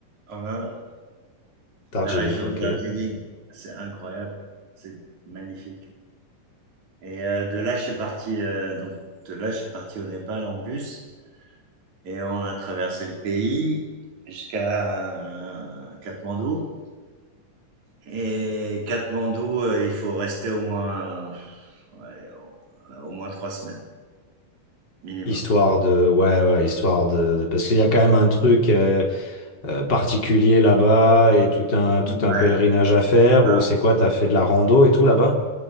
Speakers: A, on the right (about 60°); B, on the left (about 30°).
A: en Inde,
B: Darjeeling,
A: la région
B: ok.
A: de Darjeeling, c'est incroyable. C'est magnifique. Et euh, de là, je suis parti, euh, donc, de là, je suis parti au Népal en bus et on a traversé le pays jusqu'à euh, Katmandou. Et Katmandou, euh, il faut rester au moins, ouais, au au moins trois semaines minimum.
B: Histoire de, ouais, ouais, histoire de, de- parce qu'il y a quand même un truc euh, euh, particulier là-bas et tout un, tout
A: Ouais,
B: un pèlerinage à faire,
A: Ouais,
B: ou c'est quoi, t'as fait de la rando et tout là-bas?